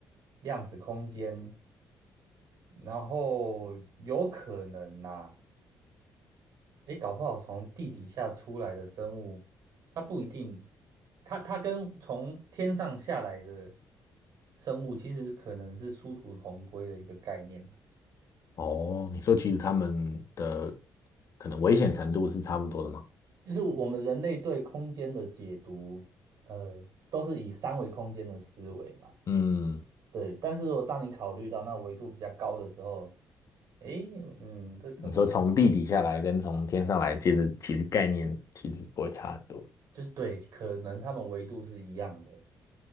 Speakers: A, on the right (about 70°); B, on the left (about 55°).
A: 量子空间，然后有可能呐、诶，搞不好从地底下出来的生物，它不一定，它它跟从天上下来的生物，其实可能是殊途同归的一个概念啊
B: 哦，你说其实他们的可能危险程度是差不多的吗？
A: 就是我们人类对空间的解读，呃，都是以三维空间的思维嘛。
B: 嗯，
A: 对，但是如果当你考虑到那维度比较高的时候，诶，嗯，这可能
B: 你说从地底下来跟从天上来，其实其实概念其实不会差很多。
A: 就是对，可能他们维度是一样的，